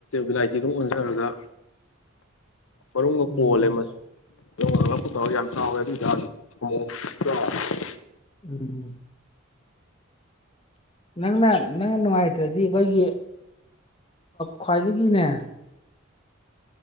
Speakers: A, on the left (about 85°); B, on the left (about 25°).
A: ꯕꯤꯂꯥꯏꯇꯤꯗꯨꯝ ꯑꯣꯟꯖꯔꯒ ꯃꯔꯨꯝꯒ
B: ꯎꯝ
A: ꯀꯣꯜꯂꯦ <unintelligible> ꯌꯥꯝꯟ ꯆꯥꯎꯋꯦ ꯑꯗꯨ ꯑꯣꯏ ꯇꯥꯔꯖꯨ ꯑꯃꯣꯝ <unintelligible>
B: ꯎꯝꯝ ꯅꯪꯅ ꯅꯪꯅ ꯅꯨꯡꯉꯥꯏꯇ꯭ꯔꯗꯤ ꯑꯩꯈꯣꯏꯒꯤ ꯈ꯭ꯋꯥꯏꯗꯒꯤꯅꯦ